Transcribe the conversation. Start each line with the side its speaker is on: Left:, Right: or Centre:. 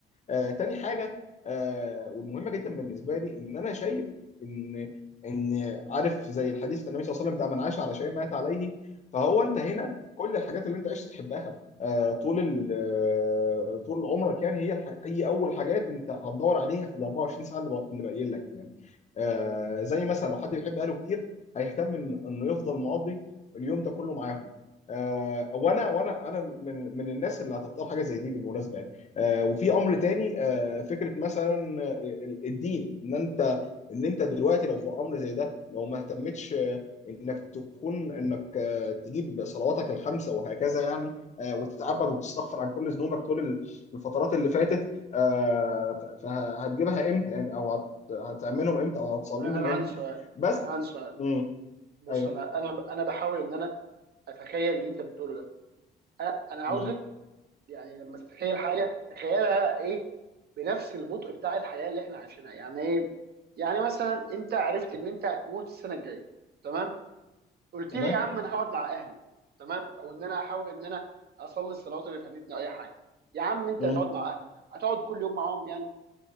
Left: آه تاني حاجه آه والمهمه جدا بالنسبه لي ان انا شايف ان ان عارف زي الحديث النبي صلى الله عليه وسلم بتاع من عاش على شيء مات عليه فهو انت هنا كل الحاجات اللي انت عشت تحبها آه طول ال- آه، طول عمرك يعني هي الح... هي اول حاجات انت هتدور عليها في ال 24 ساعه اللي بق- اللي باقيين لك يعني آه زي مثلا لو حد بيحب اهله كتير هيهتم ان انه يفضل مقضي اليوم ده كله معاهم آه وانا وانا انا من من الناس اللي هتختار حاجه زي دي بالمناسبه يعني. آه، وفي امر تاني آه، فكره مثلا آه، ال- الدين ان انت ان انت دلوقتي لو في امر زي ده لو ما اهتمتش آه، انك تكون انك آه، تجيب صلواتك الخمسه وهكذا يعني آه، وتتعبد وتستغفر عن كل ذنوبك طول ال- الفترات اللي فاتت آه، ف- فهتجيبها امتى يعني او هت- هتعملهم امتى او هتصليهم
Right: انا
Left: امتى
Right: عندي سؤال
Left: بس
Right: انا عندي سؤال
Left: امم
Right: بص
Left: ايوه
Right: انا انا انا بحاول ان انا اتخيل اللي انت بتقوله ده انا أنا عاوزك
Left: امم
Right: يعني لما تتخيل حاجه تخيلها ايه بنفس البطء بتاع الحياه اللي احنا عايشينها يعني ايه يعني مثلا انت عرفت ان انت هتموت السنه الجايه تمام قلت
Left: تمام
Right: لي يا عم انا هقعد مع اهلي تمام او ان انا هحاول ان انا اصلي الصلوات اللي فاتتني او اي حاجه يا عم انت
Left: امم
Right: هتقعد مع اهلك يعني هتقعد كل يوم معاهم يعني